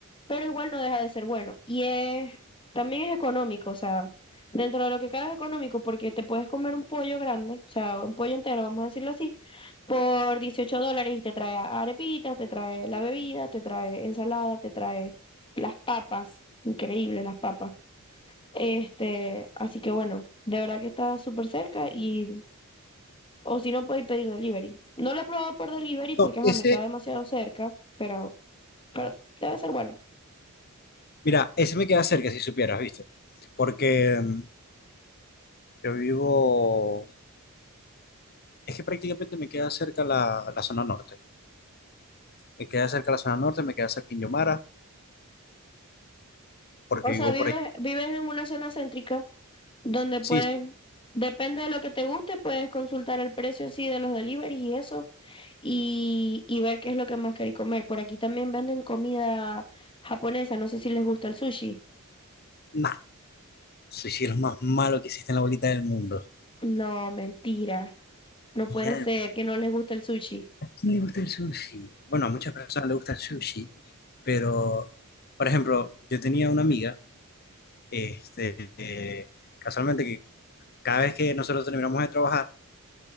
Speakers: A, on the left; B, on the left.
A: pero igual no deja de ser bueno. Y es, también es económico, o sea, dentro de lo que cabe es económico porque te puedes comer un pollo grande, o sea, un pollo entero, vamos a decirlo así, por 18 dólares y te trae arepitas, te trae la bebida, te trae ensalada, te trae las papas, increíble las papas. Este, así que bueno, de verdad que está súper cerca y, o si no, podéis pedir delivery. No lo he probado por delivery porque,
B: No,
A: ajá,
B: ese,
A: me queda demasiado cerca, pero pero debe ser bueno.
B: mira, ese me queda cerca si supieras, ¿viste? Porque mm, yo vivo, es que prácticamente me queda cerca la, la zona norte. Me queda cerca la zona norte, me queda cerca Quindío Mara, porque
A: O sea,
B: vivo
A: vives,
B: por ahí.
A: vives en una zona céntrica donde puedes,
B: Sí, sí,
A: depende de lo que te guste, puedes consultar el precio sí de los deliveries y eso, y, y ver qué es lo que más queréis comer. Por aquí también venden comida japonesa, no sé si les gusta el sushi.
B: nah, Sushi es lo más malo que existe en la bolita del mundo.
A: No, mentira. No
B: Y
A: puede
B: a
A: ser que no les guste el sushi.
B: mí me gusta el sushi. Bueno, a muchas personas le gusta el sushi, pero, por ejemplo, yo tenía una amiga, este, eh, casualmente que cada vez que nosotros terminamos de trabajar,